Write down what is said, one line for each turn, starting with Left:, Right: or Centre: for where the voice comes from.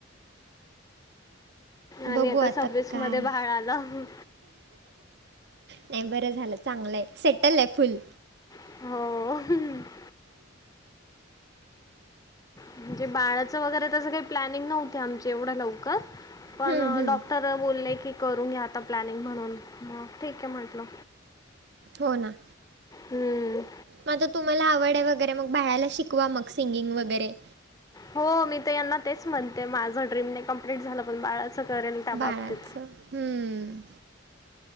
Left: आणि
Right: बघूआताक्काय
Left: आता सव्वीसमध्ये बाळ आलं
Right: नाही बरं झालं चांगलं आहे सेटल आहे फुल
Left: हो म्हणजे बाळाच वगैरे त काही प्लॅनिंग नव्हत आम एवढं लवकर पण
Right: हम्म, हम्म.
Left: डॉक्टर बोलले की करून घ्या आता प्लॅनिंग म्हणून मग ठीक आहे म्हंटलं
Right: हो ना
Left: हम्म
Right: मता तुम्हाला आवड आहे वगैरे मग बाळाला शिकवा मग सिंगिंग वगैरे
Left: हो मी तर यांना तेच म्हणते माझंड्रीम नाही कमप्लीट झालं पण बाळाच करेल त्या
Right: बाळाचं
Left: बाबतीत
Right: हम्म